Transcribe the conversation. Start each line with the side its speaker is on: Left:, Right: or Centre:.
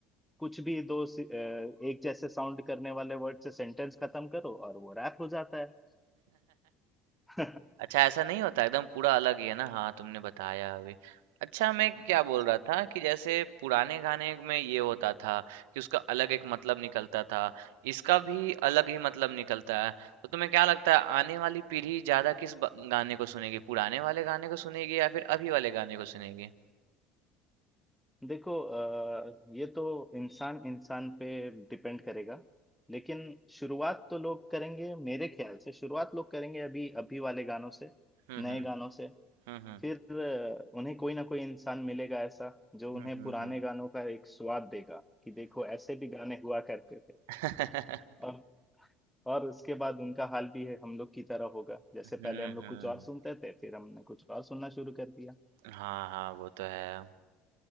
Centre: कुछ भी दो सी- अ, एक जैसे साउंड करने वाले वर्ड से सेंटेंस खत्म करो और वो रैप हो जाता है <laughs>
Right: अच्छा ऐसा नहीं होता एकदम पूरा अलग ही है ना हाँ तुमने बताया अभी अच्छा मैं क्या
Centre: हाँ
Right: बोल रहा था कि जैसे पुराने गाने में ये होता था कि उसका अलग एक मतलब निकलता था इसका भी अलग ही मतलब निकलता है तो तुम्हें क्या लगता है आने वाली पीढ़ी ज्यादा किस ब- गाने को सुनेगी पुराने वाले गाने को सुनेगी या फिर अभी वाले गाने को सुनेगी
Centre: देखो अ, ये तो इंसान इंसान पे डिपेंड करेगा लेकिन शुरुआत तो लोग करेंगे मेरे ख्याल से शुरुआत लोग करेंगे अभी अभी वाले गानों से
Right: हम्म
Centre: नए
Right: हम्म
Centre: गानों से
Right: हम्म
Centre: फिर अ, उन्हें कोई ना कोई इंसान मिलेगा ऐसा जो
Right: हम्म
Centre: उन्हें
Right: हम्म
Centre: पुराने
Right: हम्म
Centre: गानों का एक स्वाद देगा कि देखो ऐसे भी गाने हुआ करते थे
Right: हम्म <laughs>
Centre: और और उसके बाद उनका हाल भी है हम लोग की तरह होगा जैसे
Right: हम्म
Centre: पहले हम लोग
Right: हम्म,
Centre: कुछ और सुनते थे फिर हमने कुछ और सुनना शुरू कर दिया
Right: हाँ हाँ वो तो है